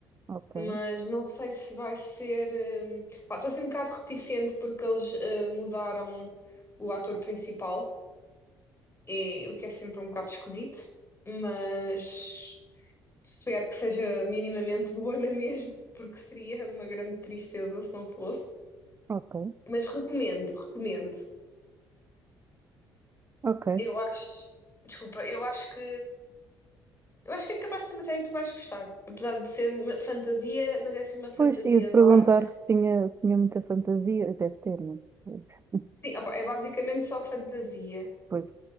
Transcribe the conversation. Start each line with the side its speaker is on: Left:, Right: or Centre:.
Right: Ok,
Left: mas não sei se vai ser. hum, Pá, estou assim um bocado reticente porque eles eh, mudaram o ator principal, e, o que é sempre um bocado esquisito, mas espero que seja minimamente <laughs> boa na mesma, porque seria uma grande tristeza se não fosse.
Right: ok,
Left: Mas recomendo, recomendo.
Right: ok.
Left: Eu acho, desculpa, eu acho que eu acho que é capaz de ser uma série que tu vais gostar, apesar de ser uma fantasia, mas é assim uma fantasia
Right: Pois ia-te
Left: dark.
Right: perguntar se tinha, se tinha muita fantasia. Deve ter, não é?
Left: Sim, opá, é basicamente só fantasia,
Right: <laughs> Pois.